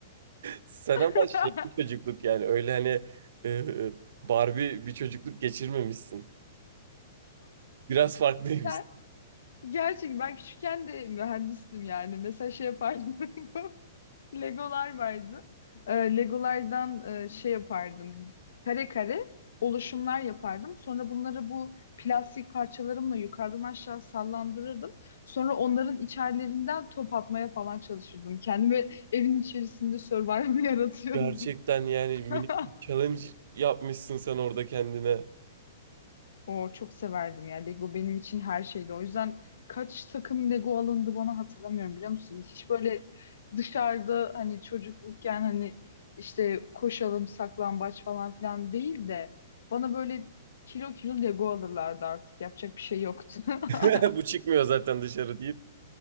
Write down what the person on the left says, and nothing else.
<laughs>
Ben gerçekten ben küçükken de mühendistim yani. Mesela şey yapardım. <laughs> Legolar vardı. Ee, Legolardan e, şey yapardım. Kare kare oluşumlar yapardım. Sonra bunları bu plastik parçalarımla yukarıdan aşağı sallandırırdım. Sonra onların içerilerinden top atmaya falan çalışırdım. Kendimi evin içerisinde survival <laughs> yaratıyordum.
<laughs>
O çok severdim ya. Lego benim için her şeydi. O yüzden kaç takım Lego alındı bana hatırlamıyorum biliyor musun? Hiç böyle dışarıda hani çocuklukken hani işte koşalım saklambaç falan filan değil de bana böyle kilo kilo Lego alırlardı artık. Yapacak bir şey yoktu. <laughs>